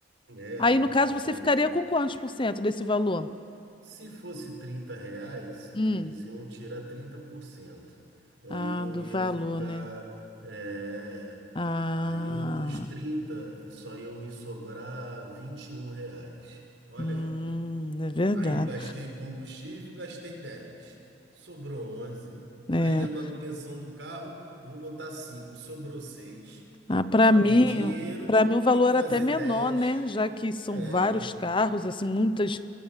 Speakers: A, on the right (about 85°); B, on the left (about 30°).
A: É,
B: Aí,
A: amigo,
B: no caso,
A: mas
B: você
A: eu.
B: ficaria com quantos por cento desse valor?
A: Se fosse trinta reais,
B: Hum.
A: eles iam tirar 30%. Aí
B: Ah,
A: eu
B: do
A: ia
B: valor,
A: ficar.
B: né?
A: é,
B: Ah,
A: aí eu, dos 30 só iam me sobrar 21 reais. Olha
B: hum,
A: aí.
B: é verdade.
A: Aí eu gastei combustível, gastei dez, Sobrou 11.
B: É.
A: Aí a manutenção do carro, vou botar cinco, Sobrou 6.
B: Ah, para
A: Para
B: mim,
A: ver dinheiro,
B: para mim o valor
A: tem que fazer
B: era até menor,
A: 10.
B: né? Já que são
A: É.
B: vários carros, assim, muitas